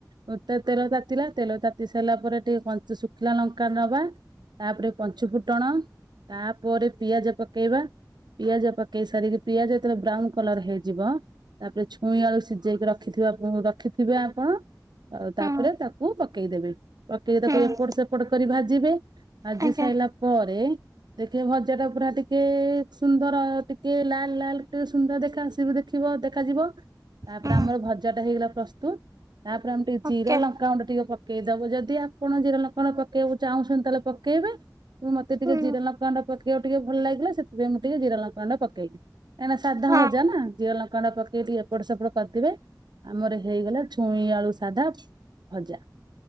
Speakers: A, on the right (about 75°); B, on the right (about 50°).
A: ମତେ ତେଲ ତାତିଲା ତେଲ ତାତି ସାରିଲା ପରେ ଟିକେ ଶୁଖିଲା ଲଙ୍କା ନବା ତାପରେ ପଞ୍ଚୁ ଫୁଟଣ ତାପରେ ପିଆଜ ପକେଇବା ପିଆଜ ପକେଇ କେଇ ସାରିକି ପିଆଜ ହେଇତେବେ ବ୍ରାଉନ କଲର ହେଇଯିବ ତାପରେ ଛଇଁ ଆଳୁ ସିଝେଇକି ରଖ ରଖିଥିବା ରଖିଥିବେ ଆପଣ ଆଉ ତାପରେ
B: ହୁଁ
A: ତାକୁ ପକେଇଦେବେ ପକେଇକି ତାକୁ
B: ହୁଁ
A: ଏପଟ ସେପଟ କରି ଭାଜିବେ ଭାଜି
B: ଆଜ୍ଞା
A: ସାରିଲା ପରେ ଦେଖେ ଭଜା ଟା ପୁରା ଟିକେ ସୁନ୍ଦର ଟେ କିଏ ଲାଲ ଲାଲ କେ ସୁନ୍ଦର ଦେଖା ଆସିବ ଦେଖିବ ଦେଖାଯିବ ତାପରେ
B: ହୁଁ
A: ଆମର ଭଜା ଟା ହେଇଗଲା ପ୍ରସ୍ତୁତ ତାପରେ ଆମେ ଟିକେ
B: ଓକେ
A: ଜିରା ଲଙ୍କା ଗୁଣ୍ଡ ଟିକେ ପକେଇଦବୁ ଯଦି ଆପଣ ଜିରା ଲଙ୍କା ଗୁଣ୍ଡ ପକେଇବାକୁ ଚାହୁଁଛନ୍ତି ତାହେଲେ ପକେଇବେ ତ ମତେ ଟିକେ
B: ହୁଁ
A: ଜିରା ଲଙ୍କା ଗୁଣ୍ଡ ପକେଇବାକୁ ଟିକେ ଭଲ ଲାଗିଲା ସେଥିପାଇଁ ମୁଁ ଟିକେ ଜିରା ଲଙ୍କା ଗୁଣ୍ଡ ପକେଇ କାହିଁକ ସାଧା
B: ହଁ
A: ଭଜା ନା ଜିରା ଲଙ୍କା ଲଙ୍କା ଗୁଣ୍ଡ ପକେଇକି ଏପଟ ସେପଟ କରିଦିବେ ଆମର ହେଇଗଲା ଛୁଇଁ ଆଳୁ ସାଧା ଭଜା